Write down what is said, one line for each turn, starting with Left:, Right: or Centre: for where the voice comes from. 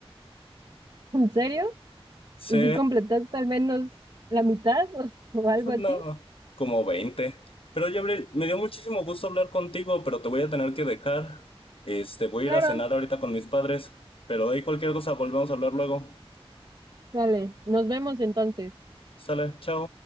Right: ¿En serio?
Left: Sí,
Right: ¿Y si completaste al menos la mitad <laughs> o, o algo
Left: No,
Right: así?
Left: como 20. Pero Gabriel, me dio muchísimo gusto hablar contigo, pero te voy a tener que dejar. Este, voy
Right: Claro,
Left: a ir a cenar ahorita con mis padres, pero ahí cualquier cosa volvemos a hablar luego.
Right: sale. Nos vemos entonces.
Left: Sale, chao.